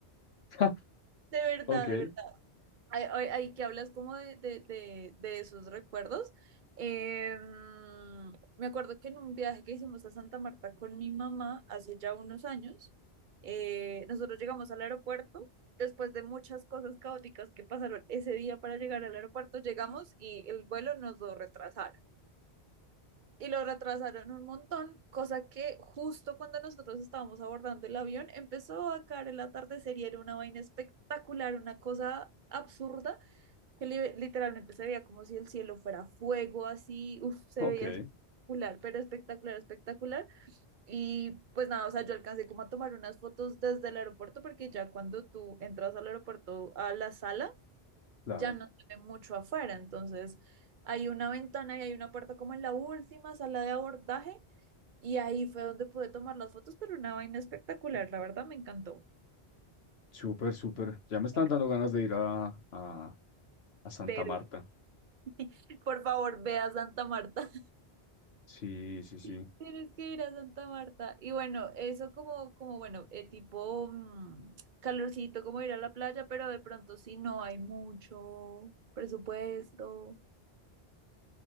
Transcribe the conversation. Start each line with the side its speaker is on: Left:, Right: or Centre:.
Left: <laughs>
Right: De verdad,
Left: Ok.
Right: de verdad. Ay, ay, ay, que hablas como de, de, de, de esos recuerdos. Eh, mm, me acuerdo que en un viaje que hicimos a Santa Marta con mi mamá hace ya unos años, eh, nosotros llegamos al aeropuerto. Después de muchas cosas caóticas que pasaron ese día para llegar al aeropuerto, llegamos y el vuelo nos lo retrasaron. y lo retrasaron un montón, cosa que justo cuando nosotros estábamos abordando el avión empezó a caer el atardecer y era una vaina espectacular, una cosa absurda, que li- literalmente se veía como si el cielo fuera fuego, así, uff, se
Left: Ok,
Right: veía espectacular, pero espectacular, espectacular. Y pues nada, o sea, yo alcancé como a tomar unas fotos desde el aeropuerto, porque ya cuando tú entras al aeropuerto, a la sala,
Left: claro.
Right: ya no se ve mucho afuera, entonces... Hay una ventana y hay una puerta como en la última sala de abordaje y ahí fue donde pude tomar las fotos, pero una vaina espectacular, la verdad me encantó.
Left: Súper, súper. Ya me están
Right: Me enc-
Left: dando ganas de ir a, a, a Santa
Right: Ve,
Left: Marta.
Right: ve. <laughs> por favor, ve a Santa Marta.
Left: Sí, sí,
Right: <laughs>
Left: sí.
Right: Tienes que ir a Santa Marta. Y bueno, eso como, como bueno, eh, tipo mm, calorcito, como ir a la playa, pero de pronto si no hay mucho presupuesto,